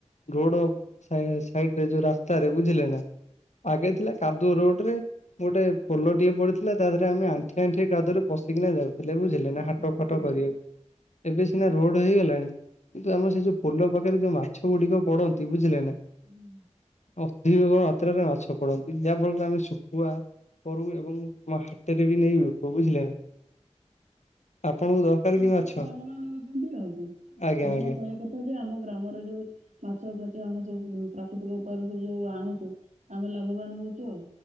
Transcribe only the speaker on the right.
ହୁଁ
ହୁଁ
ହୁଁ।
ହୁଁ।
ଆପଣ
ଲାଭବାନ ହଉଚନ୍ତି ଆଉ କଣ
ଆପଣ
କହିବା କ ଯେ ଆମ ଗ୍ରାମରେ ଯୋଉ ମାଛ ଫାଛ ଆମ ଯୋଉ ପ୍ରାକୃତିକ ଉପାୟରେ ସବୁ ଯୋଉ ଆଣୁଚୁ ଆମେ ଲାଭବାନ ହଉଚୁ ଆଉ।